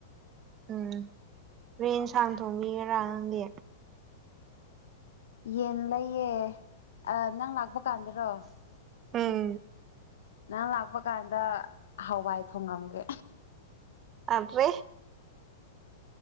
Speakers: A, on the right; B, on the left.
A: ꯎꯝ ꯔ꯭ꯔꯦꯟꯁꯥꯡ ꯊꯣꯡꯕꯤꯒꯦꯔꯥ ꯅꯪꯗꯤ
B: ꯌꯦꯟ ꯂꯩꯌꯦ ꯑ ꯅꯪ ꯂꯥꯛꯄ ꯀꯥꯟꯗ꯭ꯔꯣ
A: ꯎꯝ
B: ꯅꯍꯥꯟ ꯂꯥꯛꯄ ꯀꯥꯟꯗ ꯍꯋꯥꯏ ꯊꯣꯡꯉꯝꯒꯦ
A: ꯑꯕꯦ